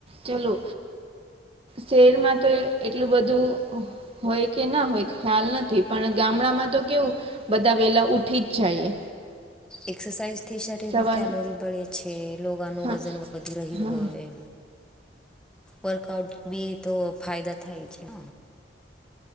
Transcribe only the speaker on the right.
ચલો, શેરમાં તો એટલું બધું હ હોય કે ન હોય ખ્યાલ નથી પણ ગામડામાં તો કેવું, બધા વેલા ઉઠી જ જાઈએ.
સવારમાં
હા
હા